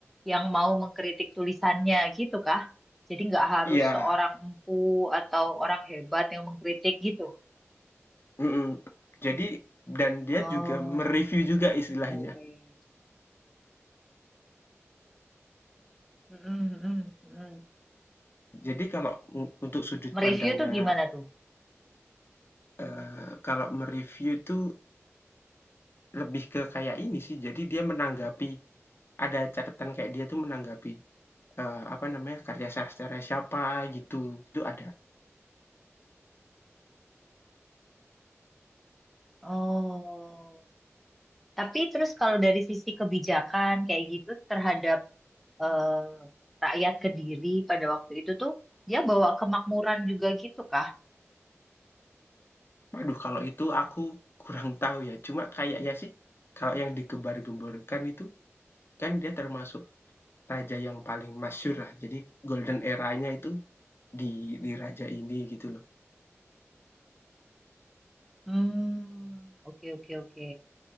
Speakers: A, in the centre; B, on the left (about 50°).
A: yang mau mengkritik tulisannya gitu kah? Jadi nggak harus
B: Iya,
A: seorang empu atau orang hebat yang mengkritik gitu.
B: mhm. Jadi dan dia
A: Oh,
B: juga mereview juga istilahnya.
A: ya, ya, ya. Mm, mm, mm, mm.
B: Jadi kalau u untuk sudut
A: Mereview
B: pandangnya,
A: tuh gimana tuh?
B: eee, kalau mereview review itu lebih ke kayak ini sih, jadi dia menanggapi, ada catatan kayak dia tuh menanggapi Eee, apa namanya, karya sastra siapa gitu, itu ada.
A: Oh, tapi terus kalau dari sisi kebijakan kayak gitu terhadap eh, rakyat Kediri pada waktu itu tuh dia bawa kemakmuran juga gitu kah?
B: Waduh kalau itu aku kurang <laughs> tahu ya, cuma kayaknya sih kalau yang digembar-gemborkan itu kan dia termasuk raja yang paling masyur lah, jadi golden era-nya itu di di raja ini gitu loh.
A: Hmm, oke oke oke,